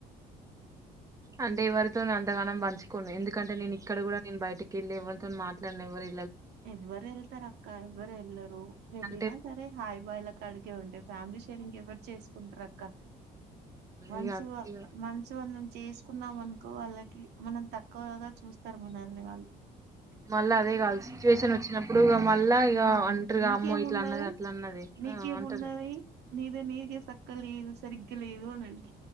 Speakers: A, on the right (about 20°); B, on the right (about 80°).
A: అంటే ఎవ్వరితోను అంతగానం పంచుకోను ఎందుకంటే నేను ఇక్కడ కూడా నేను బయటికెళ్ళి ఎవలితో మాట్లాడను ఎవ్వరి
B: ఇవ్వరు వెళ్తారు అక్క ఇవ్వరు వెళ్ళరు వెళ్ళిన
A: అంటే
B: సరే హాయ్ బై లా కడికే ఉంటాయి ఫ్యామిలీ షేరింగ్ ఎవరు చేకుంటారు అక్క వన్స్
A: ఇగ ఇగ
B: వనుసు వాళ్ళని చేసుకుంటే కున్నాం అనుకో వాళ్ళకి మనం తక్కువగా చూస్తారు మనల్ని వాళ్ళు
A: మళ్ళా అదే కాల్సి సిచువేషన్ వచ్చినప్పుడు మళ్ళా ఇగా
B: ఆ
A: అంటారుగా
B: నీకేమున్నది
A: అమ్మో ఇట్లా అన్నది అట్లా అన్నది
B: నీకేమున్నది
A: ఆ అంటది కదా
B: నీదే నీకే సక్కగా లేదు సరిగ్గా లేదు అని అంట